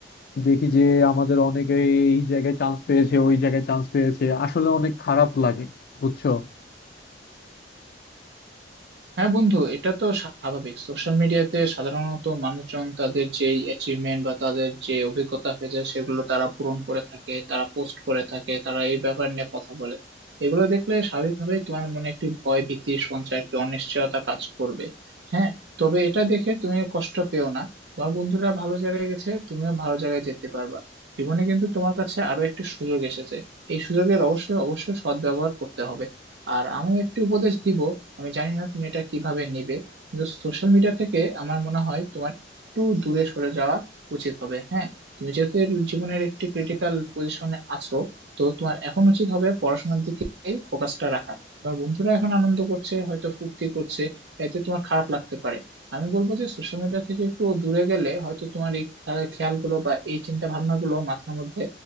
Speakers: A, on the left; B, on the right.
A: দেখি যে আমাদের অনেকে এই জায়গায় চান্স পেয়েছে ওই জায়গায় চান্স পেয়েছে আসলে অনেক খারাপ লাগে বুঝছো
B: হ্যাঁ বন্ধু এটা তো স্বাভাবিক সোশ্যাল মিডিয়াতে সাধারণত মানুষজন তাদের যে অ্যাচিভমেন্ট বা তাদের যে অভিজ্ঞতা হয়েছে সেগুলো তারা পূরণ করে থাকে তারা পোস্ট করে থাকে তারা এই ব্যাপার নিয়ে কথা বলে এগুলো দেখলে স্বাভাবিকভাবেই তোমার মনে একটি ভয় ভীতি সঞ্চয় একটি অনিশ্চয়তা কাজ করবে হ্যাঁ তবে এটা দেখে তুমি কষ্ট পেও না তোমার বন্ধুরা ভালো জায়গায় গেছে তুমিও ভালো জায়গায় যেতে পারবা জীবনে কিন্তু তোমার কাছে আরো একটি সুযোগ এসেছে এই সুযোগের অবশ্যই অবশ্যই সদ্ব্যবহার করতে হবে আর আমি একটি উপদেশ দিব আমি জানি না তুমি এটা কিভাবে নিবে কিন্তু সোশ্যাল মিডিয়া থেকে আমার মনে হয় তোমার একটু দূরে সরে যাওয়া উচিত হবে হ্যাঁ তুমি যেহেতু এর জীবনের একটি ক্রিটিক্যাল পজিশনে আছো তো তোমার এখন উচিত হবে পড়াশোনার দিকে ফোকাসটা রাখা তোমার বন্ধুরা এখন আনন্দ করছে হয়তো ফুর্তি করছে এতে তোমার খারাপ লাগতে পারে আমি বলবো যে সোশ্যাল মিডিয়া থেকে একটু দূরে গেলে হয়তো তোমার এই খে- খেয়ালগুলো বা এই চিন্তা ভাবনাগুলো মাথার মধ্যে